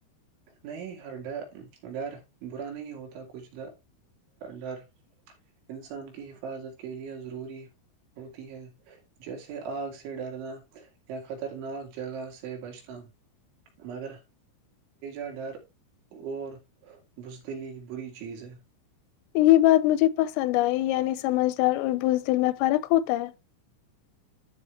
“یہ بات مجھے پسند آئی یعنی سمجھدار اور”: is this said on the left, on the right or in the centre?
Left